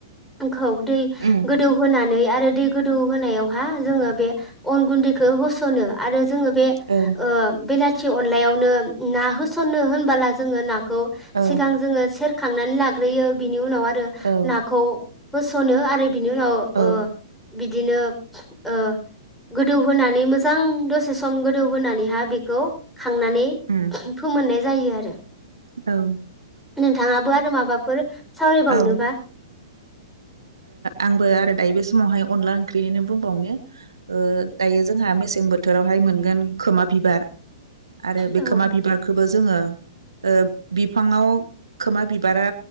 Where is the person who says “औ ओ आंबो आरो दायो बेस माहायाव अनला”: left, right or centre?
Right